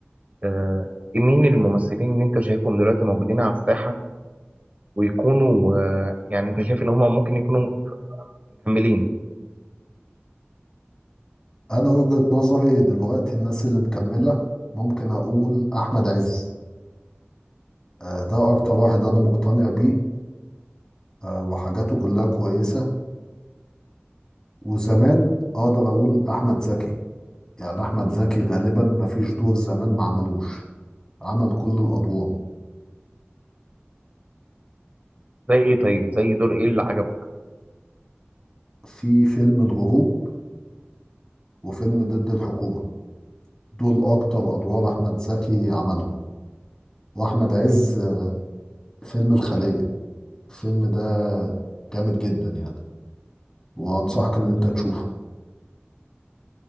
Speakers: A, on the right; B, on the left.
A: أه مين الممثلين اللي انت شايفهم دلوقتي موجودين على الساحة ويكونوا أه يعني انت شايف ان هم ممكن يكونوا مكملين
B: أنا وجهة نظري دلوقتي الناس اللي مكملة ممكن أقول أحمد عز آه، ده أكتر واحد أنا مقتنع بيه آه، وحاجاته كلها كويسة وزمان أقدر أقول أحمد زكي يعني أحمد زكي غالبا مفيش دور زمان ما عملوش عمل كل الأدوار
A: زي ايه طيب زي دور ايه اللي عجبك
B: في فيلم الهروب وفيلم ضد الحكومة دول أكتر أدوار أحمد زكي عملهم وأحمد عز فيلم الخلية الفيلم ده جامد جدا يعني وأنصحك إن أنت تشوفه